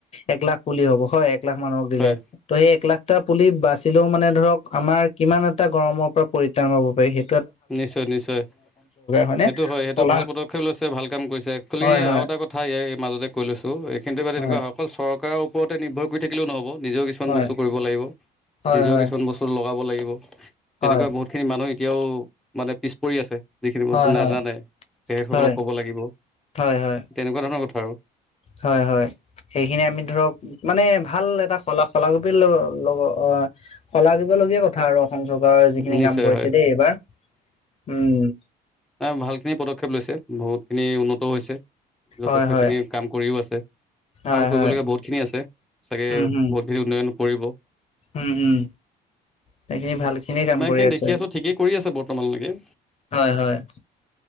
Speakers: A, on the left (about 40°); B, in the centre.
A: এক লাখ পুলি হ'ব হয় এক লাখ মানুহক দিলে,
B: হয়
A: ত' সেই এক লাখ টা পুলি বাচিলেও মানে ধৰক, আমাৰ কিমান এটা গৰমৰ পৰা পৰিত্ৰাণ পব পাৰি সেই
B: নিশ্চয় নিশ্চয়,
A: হয়নে
B: সেইটো হয় সেইটো
A: কলা
B: ভাল পদক্ষেপ লৈছে ভাল কাম কৰিছে একচুৱেলি
A: হয় হয়
B: আ এটা কথা ইয়াৰ মাজতে কৈ লৈছো, এইখিনিতে এই কিন্তু
A: হয়
B: তেনেকুৱা অকল চৰকাৰৰ ওপৰতে নিৰ্ভৰ কৰি থাকিলেও নহ'ব। নিজেও কিছুমান
A: হয়
B: বস্তু কৰিব লাগিব,
A: হয়
B: নিজেও
A: হয়
B: কিছুমান বস্তু লগাব লাগিব। তেনেকুৱা
A: হয়
B: বহুত খিনি মানুহ এতিয়াও, মানে পিছ পৰি আছে। যিখিনি বস্তু
A: হয়
B: নাজানে,
A: হয়
B: তেখেতসকলক
A: হয়
B: কব লাগিব,
A: হয় হয়
B: তেনেকুৱা ধৰণৰ কথা আৰু।
A: হয়, হয়, সেইখিনি আমি ধৰক, মানে ভাল এটা কলা <unintelligible> লব অ, <unintelligible> লগীয়া কথা আৰু। <unintelligible>
B: আৰু
A: যিখিনি
B: নিশ্চয়
A: কাম কৰিছে
B: হয়
A: দে এইবাৰ, উম,
B: এ ভাল খিনি পদক্ষেপ লৈছে, বহুত খিনি উন্নতও হৈছে, যথেষ্ট
A: হয় হয়
B: খিনি কাম কৰিও আছে। আৰু
A: হয়
B: কৰিবলগীয়া
A: হয়
B: বহুত খিনি আছে, চাগে
A: উম
B: বহুতখিনি
A: হম
B: উন্নয়ন কৰিব।
A: উম, উম, সেইখিনি ভাল খিনিয়ে
B: যিমান
A: কাম কৰি
B: খিনি
A: আছে
B: দেখি আছো ঠিকেই কৰি আছে বৰ্তমানলৈকে।
A: হয়, হয়,